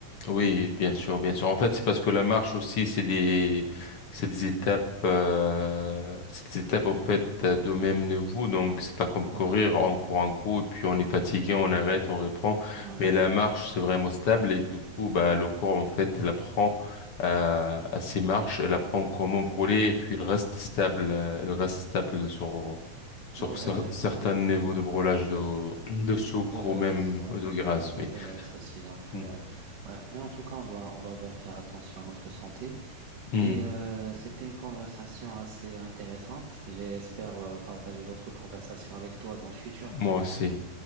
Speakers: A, on the left; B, on the right.
A: Oui, bien sûr, bien sûr. En fait, c'est parce que la marche aussi, c'est des, c'est des étapes, euh, c'est des étapes en fait euh, de même niveau. Donc, c'est pas comme
B: Ouais,
A: courir, on court un coup et puis on est fatigué, on arrête, on reprend.
B: ouais,
A: Mais la marche, c'est vraiment stable et du coup, bah, le corps en fait, il apprend euh, à ses marches, il apprend comment brûler et puis il reste stable, euh, il reste stable sur sur
B: ouais,
A: cer-
B: exactement.
A: certains niveaux de brûlage de de sucre
B: De graisse,
A: ou même
B: ouais.
A: de graisse.
B: Ou
A: Oui.
B: de graisse aussi. Donc,
A: Mm.
B: euh, ouais. Mais en tout cas, on doit, on doit bien faire attention à notre santé.
A: Mm.
B: Et euh, c'était une conversation assez intéressante. J'espère euh, partager d'autres conversations avec toi dans le futur.
A: Moi aussi.